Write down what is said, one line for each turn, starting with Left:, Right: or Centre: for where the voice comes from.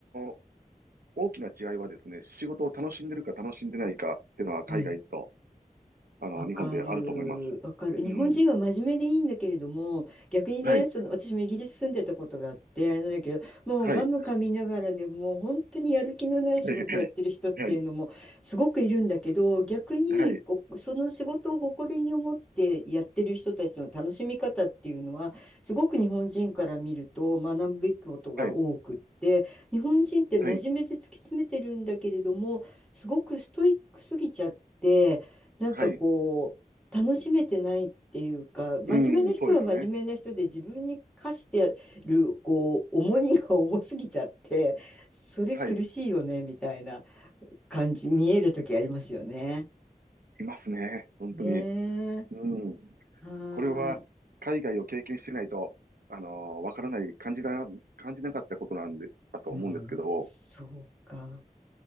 Right: ー大きな違いはですね、仕事を楽しんでるか楽しんでないかっていうのは海外と、
Centre: うん
Right: あの、
Centre: わかる、
Right: 日本であると思います。
Centre: わかる。日本人は真面目でいいんだけれども、
Right: うん。
Centre: 逆にね、
Right: はい。
Centre: その私もイギリス住んでたことがあって、あれなんだけど、もうガム噛みながらでもう本当にやる気のない仕事やってる人っていうのもすごくいるんだけど、
Right: はい。はい。はい。はい。
Centre: 逆にこうその仕事を誇りに思ってやってる人たちの楽しみ方っていうのは、
Right: はい。
Centre: すごく日本人から見ると学ぶべきことが多くって、
Right: はい。
Centre: 日本人って真面目で突き詰めてるんだけれども、
Right: はい。
Centre: すごくストイックすぎちゃって、なんかこう、
Right: はい。
Centre: 楽しめてないっていうか、真面目な人は真面目な人で自分に課してる、
Right: うん。そうですね。
Centre: こう、重荷が重すぎちゃって、それ苦しいよね、
Right: はい。
Centre: みたいな感じ、見える時ありますよね。
Right: いますね。本当に。
Centre: ねえ。
Right: うん。
Centre: は
Right: これは、
Centre: ーい。
Right: 海外を経験してないと、あの、わからない、感じな、感じなかったことなんで、だと思うんですけど、
Centre: うん。そうか。